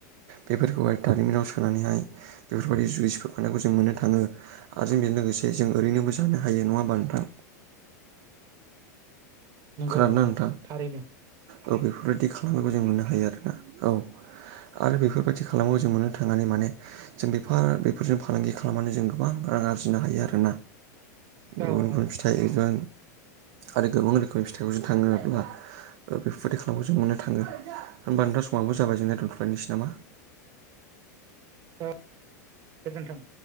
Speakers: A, on the right; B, on the right.
A: बेफोरखौहाय दारिमिनाव सोनानैहाय बेफोरबायदि जुइस फाननायखौ जों मोननो थाङो आरो जों बेजों लोगोसे जों ओरैनोबो जानो हायो नङा होमबा नोंथां
B: नंगौ
A: खोनादों
B: नंगौ
A: ना नोंथां
B: नंगौ थारैनो
A: औ बेफोरबायदि खालामनायखौ जों मोननो हायो आरोना औ आरो बेफोरबायदि खालामो जों मोननो थांनानै माने जों बेफार बेफोरजों फालांगि खालामनानै जों गोबां रां आरजिनो हायो आरोना गुबुन-गुबुन
B: आं औ
A: फिथाइ एबा आरो गोबां रोखोमनि फिथाइखौ जों <unintelligible> ओ बेफोरबायदि खालामनायखौ जों मोननो थाङो होमबा नोंथां समाबबो जाबाय जोंनाय दोनथ'लायनोसै नामा
B: औ गोजोन्थों